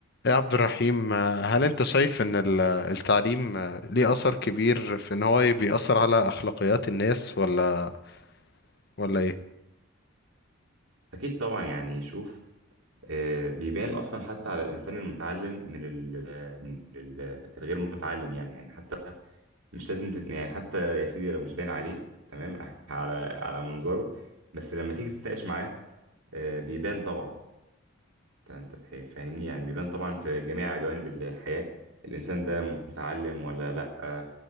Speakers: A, on the left (about 50°); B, on the right (about 80°).
A: يا عبد الرحيم آه، هل انت شايف ان ال- التعليم آه، ليه اثر كبير في ان هو بيأثر على اخلاقيات الناس ولا ولا ايه
B: أكيد طبعا يعني شوف آه، بيبان أصلا حتى على الإنسان المتعلم من ال من ال الغير متعلم يعني يعني حتى مش لازم تت... يعني حتى يا سيدي لو مش باين عليه تمام <laughs> على على منظره بس لما تيجي تتناقش معاه آه، بيبان طبعا انت فاهم فاهمني يعني بيبان طبعا في جميع جوانب الحياة الانسان ده متعلم ولا لا